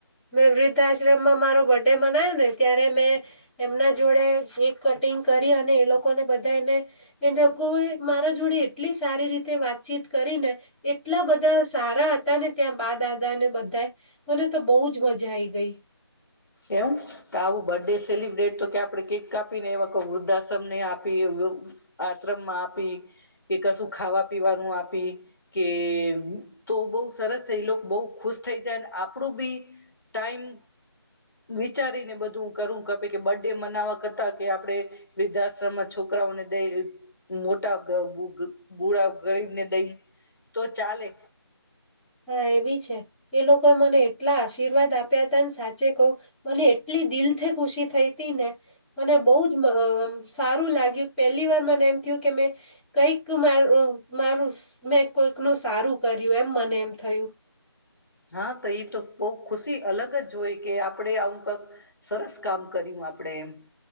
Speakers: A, in the centre; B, on the left.
A: મેં વૃદ્ધઆશ્રમમાં મારો બર્થડે મનાવ્યો ને. ત્યારે મેં એમના જોડે કેક કટિંગ કરી. અને એ લોકોને બધાને એ લોકો મારા જોડે એટલી સારી રીતે વાત ચીત કરીને એટલા બધા સારા તા ને ત્યાં બા- દાદા ને બધાય. મને તો બહુ જ મજા આઈ ગઈ. <inaudible>
B: એમ. તો આવું બર્થડે સેલિબ્રેટ તો કે આપણે કેક કાપીને એવા કો વૃદ્ધાશ્રમને આપી, વૃ આશ્રમમાં આપી, કે કશું ખાવા- પીવાનું આપી, કે તો બહું સરસ એ લોક બહું ખુશ થઈ જાય અને આપણું બી ટાઈમ વિચારીને બધું હું કરું <unintelligible> બર્થડે મનાવવા કરતા કે આપણેે વૃદ્ધાશ્રમમાં છોકરાઓને દઈ, મોટા બ ગ બુળા ગરીબને દઈ, તો ચાલે.
A: હા, એ બી છે. એ લોકોએ મને એટલા આશીર્વાદ આપ્યા તા ને સાચે કહું, મને એટલી દિલ થી ખુશી થઈ તી ને, મને બહુ જ અહ સારું લાગ્યું. પહેલી વાર મને એમ થયું કે મેં કંઈક માર ઉ મારું મેં કોઈકનું સારું કર્યું એમ મને એમ થયું.
B: હા તો ઈ તો બહું ખુશી અલગ જ હોય કે આપણેે આવું કાક સરસ કામ કર્યું આપણેે એમ